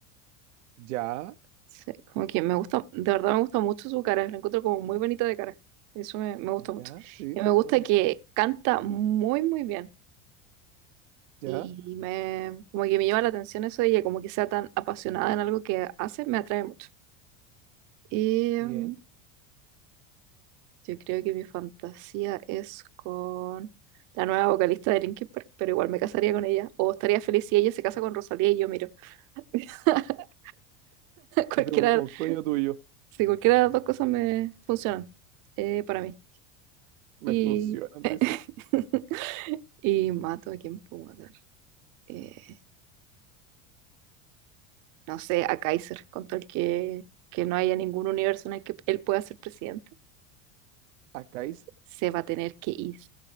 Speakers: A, on the right; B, on the right.
A: Ya,
B: Sí, como que me gusta, de verdad me gusta mucho su cara. La encuentro como muy bonita de cara. Eso me, me gusta mucho.
A: ya, sí,
B: Y me gusta
A: me gusta.
B: que canta muy, muy bien.
A: Ya,
B: Y me, como que me llama la atención eso de ella, como que sea tan apasionada en algo que hace, me atrae mucho. Em,
A: bien.
B: yo creo que mi fantasía es con la nueva vocalista de Linkin Park, pero igual me casaría con ella. O estaría feliz si ella se casa con Rosalía y yo miro. <laughs> Cualquiera,
A: Este es un, un sueño tuyo.
B: si cualquiera de las dos cosas me funcionan eh, para mí.
A: Me
B: Y,
A: funcionan,
B: <laughs>
A: dice.
B: y mato a quien puedo matar. Eh, no sé, a Kaiser, con tal que, que no haya ningún universo en el que él pueda ser presidente,
A: Acá hice.
B: se va a tener que ir.